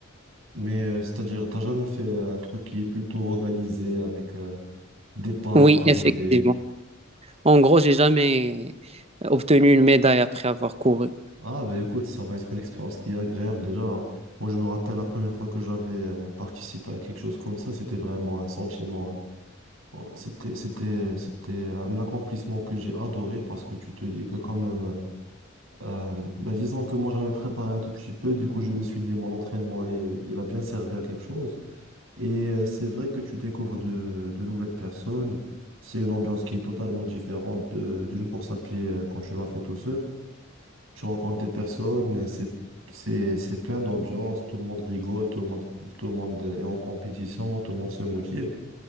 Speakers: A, on the right; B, on the right.
A: Mais euh, c'est-à-dire, t'as jamais fait un truc qui est plutôt organisé avec euh, départ,
B: Oui,
A: arrivée.
B: effectivement. En gros, j'ai jamais obtenu une médaille après avoir couru.
A: Ah ben écoute, ça va être une expérience qui est agréable déjà. Moi, je me rappelle la première fois que j'avais euh, participé à quelque chose comme ça, c'était vraiment un sentiment. hein. Oh, C'était, c'était, c'était un accomplissement que j'ai adoré parce que tu te dis que quand même, euh, euh, bah, disons que moi j'avais préparé un tout petit peu, du coup je me suis dit mon entraînement et, il a bien servi à quelque chose. Et euh, c'est vrai que tu découvres de, de nouvelles personnes, c'est une ambiance qui est totalement différente de, d'une course à pied euh, quand tu l'as fait tout seul. Tu rencontres des personnes, euh, c'est, c'est, c'est plein d'ambiance, tout le monde rigole, tout le monde, tout le monde est en compétition, tout le monde se motive.